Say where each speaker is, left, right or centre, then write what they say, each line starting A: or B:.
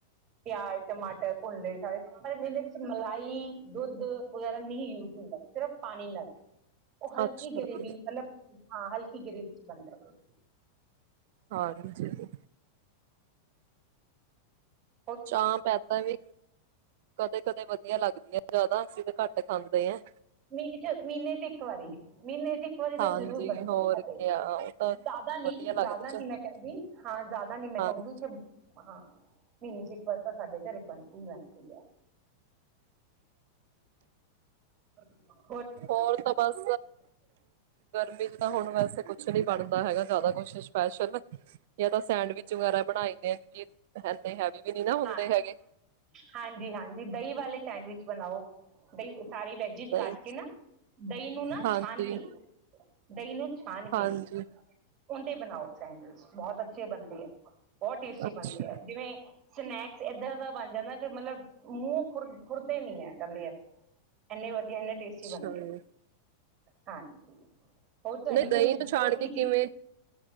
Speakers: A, on the right (about 30°); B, on the right (about 50°).
A: ਪਿਆਜ ਟਮਾਟਰ ਭੁੰਨਲੇ ਸਾਰੇ ਪਰ ਇਹਦੇ ਵਿੱਚ ਮਲਾਈ ਦੁੱਧ ਵਗੈਰਾ ਨਹੀਂ ਯੂਜ ਹੁੰਦਾ ਸਿਰਫ ਪਾਣੀ ਨਾਲ ਉਹ ਹਲਕੀ
B: ਅੱਛਾ
A: ਗਰੇਵੀ
B: ਜੀ,
A: ਮਤਲਬ ਹਾਂ ਹਲਕੀ ਗਰੇਬੀ ਚ ਬਣਦਾ ਹੈ
B: ਹਾਂਜੀ ਜੀ
A: ਆਹ
B: ਚਾਂਪ ਐਦਾ ਵੀ ਕਦੇ ਕਦੇ ਵਧੀਆ ਲੱਗਦੀਆਂ ਜ਼ਿਆਦਾ ਅਸੀਂ ਤੇ ਘੱਟ ਖਾਂਦੇ ਆ
A: ਮਹੀਨੇ ਚ ਮਹੀਨੇ ਚ ਇੱਕ ਵਾਰੀ ਮਹੀਨੇ ਚ ਇੱਕ ਵਾਰੀ ਤਾਂ
B: ਹਾਂਜੀ
A: ਜ਼ਰੂਰ ਬਣ
B: ਹੋਰ
A: ਸਾਡੇ
B: ਕਿਆ ਉਹ ਤਾਂ
A: ਜ਼ਿਆਦਾ ਨੀ
B: ਵਧੀਆ ਲੱਗਦੇ
A: ਜ਼ਿਆਦਾ
B: ਚ
A: ਨੀ ਮੈਂ ਕਹਿੰਦੀ ਹਾਂ ਜ਼ਿਆਦਾ ਨੀ ਮੈਂ ਕਹੂੰਗੀ
B: ਹਾਂਜੀ
A: ਕਿ ਹਾਂ ਮੀਜ ਇੱਕ ਵਾਰ ਤਾਂ ਸਾਡੇ ਘਰੇ ਬਣਦੀ ਰਹਿੰਦੀ ਹੈ <inaudible> ਸ
B: ਹੋਰ ਤਾਂ ਬਸ ਗਰਮੀ ਚ ਤਾਂ ਹੁਣ ਵੈਸੇ ਕੁਛ ਨੀ ਬਣਦਾ ਹੈਗਾ ਜ਼ਿਆਦਾ ਕੁਛ ਸਪੈਸ਼ਲ ਜਾਂ ਤਾਂ ਸੈਂਡਵਿਚ ਵਗੈਰਾ ਬਣਾਈ ਦੇ ਆ ਕਿਉਂਕਿ ਹੈੇ ਹੈ ਵੀ ਨੀ ਨਾ ਹੁੰਦੇ
A: ਹਾਂ
B: ਹੈਗੇ
A: ਹਾਂਜੀ ਹਾਂਜੀ ਦਹੀਂ ਵਾਲੇ ਸੈਂਡਵਿਚ ਬਣਾਓ ਬਈ ਸਾਰੇ ਵੈਜਿਜ
B: ਦਹੀਂ
A: ਕੱਟ ਕੇ ਨਾ ਦਹੀਂ ਨੂੰ ਨਾ
B: ਹਾਂਜੀ
A: ਛਾਨ ਕੇ ਦਹੀਂ ਨੂੰ ਛਾਨ ਕੇ
B: ਹਾਂਜੀ
A: ਉਹਦੇ ਬਣਾਓ ਸੈਂਡਵਿੱਚ ਬਹੁਤ ਅੱਛੇ ਬਣਦੇ ਹੈ ਬਹੁਤ ਟੇਸਟੀ
B: ਅੱਛਾ
A: ਬਣਦੇ ਹੈ ਜਿਵੇਂ ਸਨੈਕਸ ਇੱਦਾਂ ਦਾ ਬਣ ਜਾਂਦਾ ਕਿ ਮਤਲਬ ਮੂੰਹ ਖੁਰ ਖੁਰਦੇ ਨੀ ਹੈ ਕਹਿੰਦੇ ਆ ਇੰਨੇ ਵ ਇੰਨਾ ਟੇਸਟੀ
B: ਅੱਛਾ
A: ਬਣਦੇ
B: ਜੀ
A: ਆ ਹਾਂਜੀ ਹੋਰ ਤੁਹਾਡੀ
B: ਨਹੀਂ
A: ਕੋਈ
B: ਦਹੀਂ ਨੂੰ
A: ਹੋਰ
B: ਛਾੜ ਕੇ
A: ਕੀ
B: ਕਿਵੇਂ
A: ਚੀਜ਼